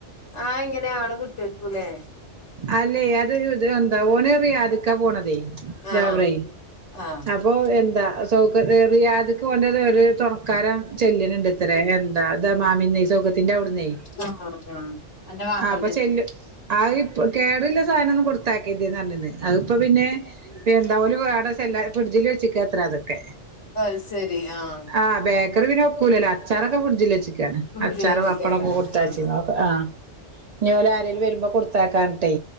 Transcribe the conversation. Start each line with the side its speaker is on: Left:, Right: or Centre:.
Left: ആ എങ്ങനെയാ അവ്ടെ കിട്ട് ടട്ടേര്ക്കുല്ലേ?
Right: അല്ലേ അത് ഇത് എന്ത ഓന് റിയാദിക്ക പോണതേ. ജാബറെയ്
Left: ആഹ് ആഹ്
Right: അപ്പൊ എന്താ <unintelligible> റിയാദ്ക്ക് ഓന്റെ ഒരു ഒര് തൊണക്കാരൻ ചെല്ലിനിണ്ടത്രേ. ണ്ടാതാ മാമിനെ ഷൗക്കത്തിന്റവ് ടുന്നെ
Left: ആഹ് ആഹ് അന്റെ മാപ്പൾന്റെ
Right: അപ്പ
Left: അടുത്ത്
Right: ചെല്ലു അയ് കേട്ല്ല സാനൊന്നും കൊട് ത്താക്കെത് ന്നർഞ്ഞ്ണ് അഅ്പ്പോ പിന്നെ എന്ത ഓല് വാറെ സെല്ലാ ഫ്രിഡ്ജില് വച്ചെക്കാത്രേ അതൊക്കെ.
Left: അത് ശരി ആഹ്
Right: ആ ബേക്കറി പിന്നെ ഒക്കൂലല്ലോ. അച്ചാറൊക്കെ ഫ്രിട്ജില് വച്ചീക്കാണ്.
Left: വിജയച്ചിക്കക്കാരൻ
Right: അച്ചാറ്, പപ്പടം <unintelligible> കൊടുത്തയ്ച്ചിന്
Left: ഉം
Right: ക്കെ ആ. ഞ്ഞോ ആരേലും വരുമ്പ കൊട്ത്ത ത്താക്കാൻട്ടേ.